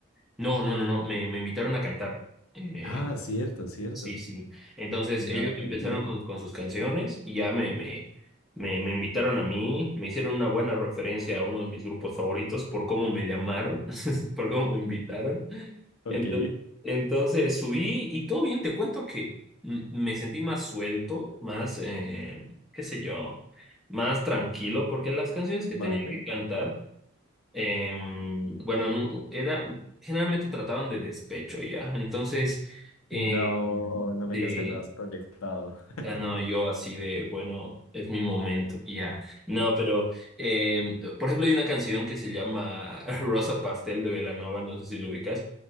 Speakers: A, in the centre; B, on the left (about 85°).
A: no, no, no, no, me, me invitaron a cantar. Eh,
B: Ah, cierto, cierto.
A: Sí, sí. Entonces
B: No,
A: ellos
B: re
A: empezaron
B: bien.
A: con, con sus canciones y ya me, me, me, me invitaron a mí, me hicieron una buena referencia a uno de mis grupos favoritos por cómo me llamaron, <laughs> por cómo me invitaron.
B: Ok,
A: Entonces, entonces subí y todo bien, te cuento que m- me sentí más suelto, más, eh, qué sé yo, más tranquilo, porque las canciones que
B: vale.
A: tenía que cantar em, bueno, en un- era, generalmente trataban de despecho ya. Entonces, eh,
B: No, no me
A: eh,
B: digas que andabas proyectado. <laughs>
A: ya no, yo así de, bueno, es mi momento, ya. No, pero, em, por ejemplo, hay una canción que se llama <laughs> Rosa Pastel de Belanova, no sé si lo ubicas,